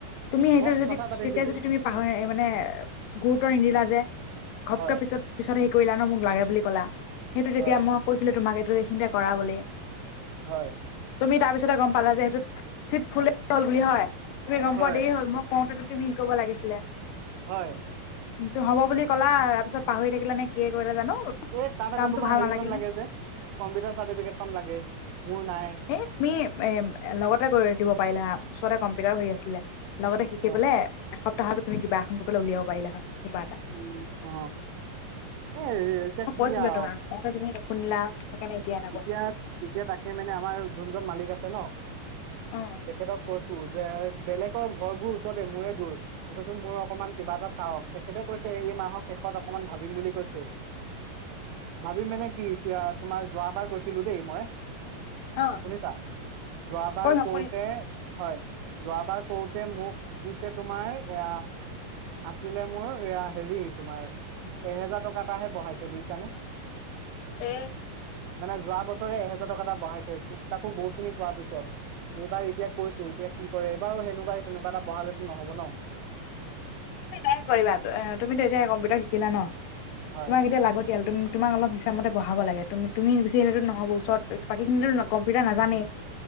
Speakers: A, on the left; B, on the right.
A: তুমি সেইটো
B: মই
A: যদি
B: কথা পাতিছিলো
A: তেতিয়া যদি তুমি পাহৰি এ মানে গুৰুত্ব নিদিলা যে ঘপকে
B: হয়,
A: পিছত পিছত হেৰী কৰিলা ন মোক লাগে বুলি কলা সেইটো তেতিয়া
B: হয়,
A: মই কৈছিলো তোমাক এত এইখিনিতে কৰা বুলি
B: হয়,
A: তুমি তাৰপিছতে গম পালা যে সেইটোত চীত ফুলে বুলি হয় তুমি গম
B: হয়,
A: পোৱা দেৰি হ'ল মই কওঁতে তুমি তুমি ক'ব লাগিছিলে
B: হয়
A: <unintelligible> হ'ব বুলি ক'লা‌ তাৰ পিছত পাহৰি থাকিলা নে কিয়ে কৰিলা জানো
B: এই তাত
A: কামটো
B: আকৌ তোমাৰ
A: ভাল
B: হেৰিখন
A: নালাগিল
B: লাগে
A: নে
B: যে কম্পিউটাৰ চাৰ্টিফিকেটখন লাগে। মোৰ নাই
A: এ তুমি এ লগতে কৰি দিব পাৰিলা ওচৰতে কম্পিউটাৰ হৈ আছিলে লগতে শিকি
B: অ
A: পেলাই এসপ্তাহতে তুমি কিবা এখন উলিয়াব পাৰিলা‌ হয়। কিবা এটা
B: উম অ এ এতিয়া
A: মই
B: কি
A: কৈছিলো
B: আৰু
A: তোমাক কওঁতে তুমি নুশুনিলা সেইকাৰণে এনেকুৱা
B: এতিয়া এতিয়া তাক সেই মানে আমাৰ যোনজন মালিক আছে ন
A: অ
B: তেখেতক কৈছো যে বেলেগৰ ঘৰবোৰ তাতে মই গই ৰবচুন মই অকমান কিবা এটা চাও তেখেতে কৈছে এই মাহৰ শেষত অকমান ভাবিম বুলি কৈছে। ভাবিম মানে কি এতিয়া তোমাৰ যোৱাবাৰ কৈছিলো দেই মই।
A: অ অ
B: শুনিছা, যোৱাবাৰ
A: কৈ নকৰিম
B: কওঁতে হয়। যোৱাবাৰ কওঁতে মোক দিছে তোমাৰ এয়া আছিলে মোৰ এয়া হেৰি তোমাৰ এহেজাৰ টকা এটাহে বঢ়াইছে বুজিছানে।
A: এ
B: মানে যোৱা বছৰে এহেজাৰ টকা এটা বঢ়াইছে তাকো বহুত খিনি কোৱা পিছত, এইবাৰ এতিয়া কৈছো যে কি কৰে, এইবাৰো সেনেকুৱাই তেনেকুৱা এটা বঢ়ালেতো নহব ন?
A: তুমি নাই কৰিবা এহ, তুমিতো এতিয়া হে কম্পিউটাৰ শিকিলা ন?
B: হয়
A: তোমাক এতিয়া লাগতিয়াল উম, তোমাৰ অলপ হৈ তাৰ মতে বঢ়াব লাগে, তুম, তুমি গুচি আহিলেতো নহ'ব, ওচৰত বাকীখিনিতো কম্পিউটাৰ নাজানেই।